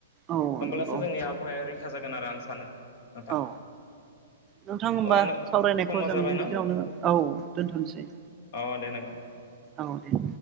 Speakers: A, on the right (about 25°); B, on the left (about 50°).
A: औ
B: होमबोब्लासो
A: नंगौ
B: जोंनि आबहावाया रैखा जागोन आरो आं सानो नोंथां।
A: औ नोंथां होमबा
B: अ
A: सावरायनायखौ
B: समा
A: जों
B: जाबाय न
A: बिखिनिआवनो औ दोनथ'नोसै
B: अ दे नोंथां।
A: औ दे